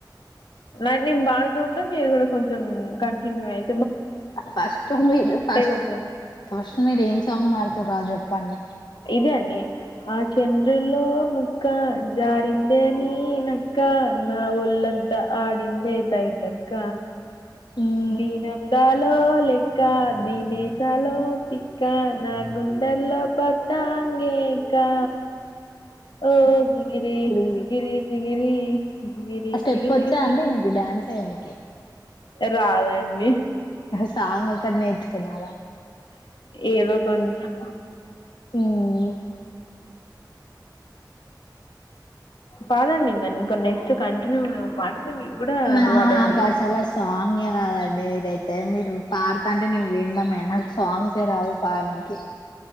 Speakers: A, on the left; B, on the left.
A: న నేను బాగుత ఉంటా మీరు కూడా కొంచెం కంటిన్యూ అయి
B: ఫస్ట్ మీరు ఫస్ట్
A: కొంచెం
B: ఫస్ట్ మీరు ఏం సాంగ్ మడుతరు చెప్పండి
A: ఇదే అండి ఆ చండ్రులో ముక్క జారింద అని నక్క నా ఒళ్ళంత త ఆడింద అయి తాయితక్క
B: మ్మ్
A: దీనంందాలో లెక్క దీనేేశాలో తిక్క నాగు లో పత అంగేకా ఓ జిగిరి
B: చిక్రీ
A: జిగిరి జిగిరి జిగిరి
B: ఆ స్టెప్
A: జిగిరి
B: వచ్చా
A: జిగిరి
B: అండి మీకు డ్యాన్స్ చేయనికి
A: రాదండి
B: సాంగ్ ఒక్కటి నెర్చుకున్నర
A: ఏదో కొంచం
B: ఉమ్
A: పదండి ఇంకా నెక్స్ట్ కంటిన్యూ మీకు కూడా
B: నకాసలే
A: అలవాటైద్ది
B: ఆ సాంగ్ ఎయ్ రాదండి అండి ఇది అంతే మీరు పాడుతంటే విన్నామే నాకు సాంగ్సే రావు పాడనికి